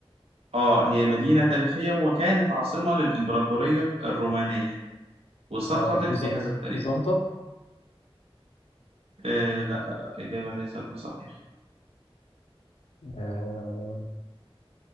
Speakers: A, on the right (about 80°); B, on the left (about 75°).
A: آه هي مدينة تاريخية وكانت عاصمة للإمبراطورية الرومانية وسقطت
B: اه بيز...
A: في هذا التاريخ
B: بيزنطة
A: آه لا لا إجابة ليست بصحيحة
B: آه...